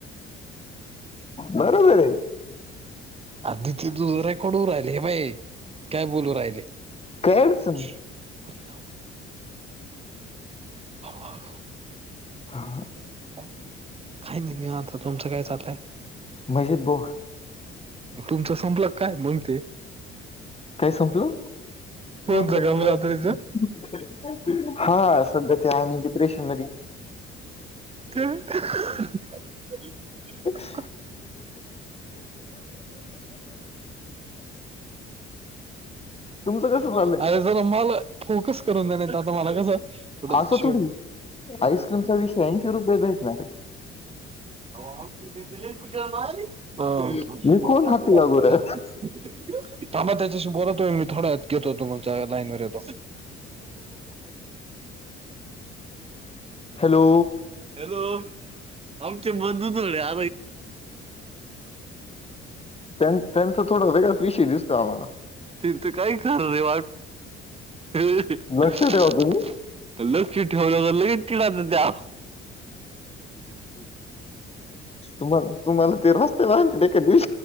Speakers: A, on the left; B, on the right.
A: बरोबर आहे.
B: आधी ते दुसरे कडू राहिले हे बाई काय बोलू राहिले?
A: काय
B: <unintelligible>
A: अडचण नाही.
B: हळूहळू
A: हा.
B: काही नाही आता तुमचं काय चाललंय?
A: म्हजी बघ
B: तुमचं संपलं काय मग ते
A: काय संपलं?
B: फोनचं
A: <unintelligible>
B: काम रात्रीच
A: हा सध्या ते आम्ही डिप्रेशनमधी
B: <unintelligible>
A: <unintelligible> ह तुमचं कसं चाललंय?
B: अरे जरा मला फोकस करून द्या नाही आता मला कसं
A: असं थोडी
B: थोडं-
A: आहे. आईस्क्रीमचा विषय ऐंशी रुपये भेटणार आहे.
B: <unintelligible> <unintelligible> थांबा
A: आहे हे कोण हाती अगोदर
B: त्याच्याशी बोला तो मी थोडा घेतो तुमच्या लाईन वर येतो.
A: हॅलो.
B: हॅलो आमचे बंधू तोडल्या
A: त्यां त्यांच थोडा वेगळाच विषय दिसतो आम्हाला.
B: ते आणि ते काहीही <unintelligible>
A: लक्ष ठेवा तुम्ही
B: लक्षी ठेवलं तर लगेच चिडयाच्या त्या.
A: तुम्हाला तुम्हाला ते रस्ते <unintelligible> कधी.